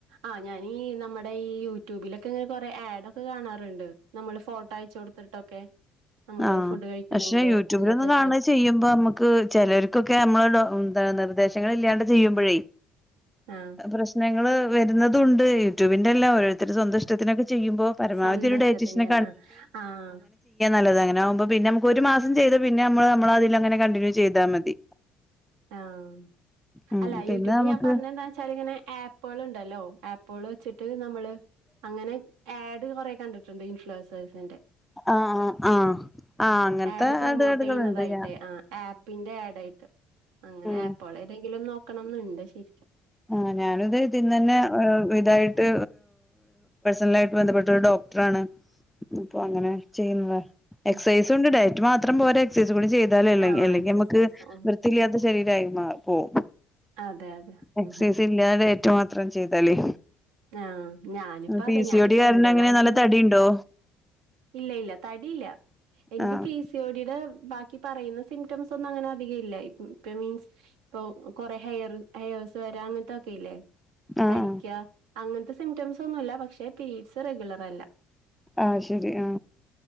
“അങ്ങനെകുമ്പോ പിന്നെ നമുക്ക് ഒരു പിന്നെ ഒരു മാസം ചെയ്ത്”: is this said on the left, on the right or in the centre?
Centre